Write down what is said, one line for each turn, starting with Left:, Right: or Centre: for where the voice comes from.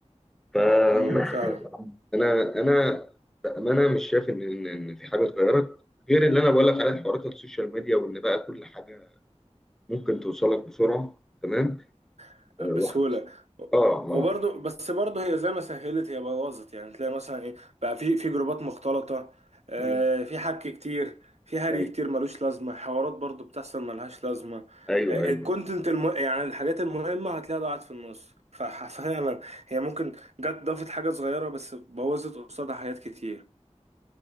Centre: ف
Right: امم فاهم
Centre: <laughs> أنا أنا بأمانة مش شايف إن إن إن في حاجة اتغيرت غير اللي أنا بقول لك عليه حوارات السوشيال ميديا وإن بقى كل حاجة ممكن توصلك بسرعة تمام
Right: <laughs>
Centre: آه، واخد
Right: بسهولة
Centre: اه ما
Right: وبرضه بس برضه هي زي ما سهلت هي بوظت يعني تلاقي مثلا ايه بقى في في جروبات مختلطة آه
Centre: مم.
Right: في حك كتير في هري
Centre: أيوة
Right: كتير ملوش لازمة حوارات برضه بتحصل ملهاش لازمة
Centre: أيوة
Right: آه
Centre: أيوة.
Right: الكونتنت الم... يعني الحاجات المهمة هتلاقيها ضاعت في النص ف- ففعلا هي ممكن جت ضافت حاجة صغيرة بس بوظت قصادها حاجات كتير